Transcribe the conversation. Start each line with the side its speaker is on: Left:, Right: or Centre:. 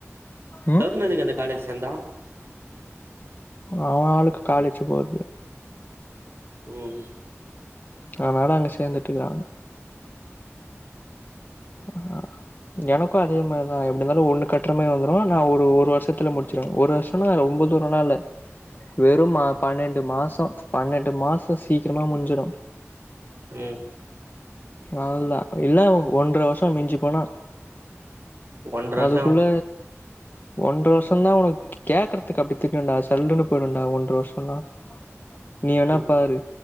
Left: ம்
Right: தருண் என்னிக்கு அந்த காலேஜ் சேந்தா
Left: அவ ஆளுக்கு காலேஜ் போவுது
Right: ம்
Left: அதனால அங்க சேர்ந்துட்டுக்கிறங்க ஆ எனக்கும் அதே மாரிதான் எப்படி இருந்தாலும் ஒண்ணு கட்டுறமே வந்துரும் நான் ஒரு ஒரு வருஷத்துல முடிச்சிருவேன் ஒரு வருஷம்ன்னா ஒன்பதுூர நாள் இல்ல வெறும் பன்னெண்டு மாசம் பன்னெண்டு மாசம் சீக்கிரமாக முஞ்சிடும்
Right: ம்
Left: அவ்தா இல்ல ஒன்ற வரு பசம் மிஞ்சு போனா
Right: ஒன்ற
Left: அதுக்குள்ள
Right: ஷம்
Left: ஒன்ற வருஷம் தான் உனக்கு கேக்குறதுக்கு அப்படி தெரியும்ண்டா சல்லன்னு போயிடும்ண்டாங்க ஒன்று வருஷம்லாம் நீ
Right: ம்
Left: என்ன பாரு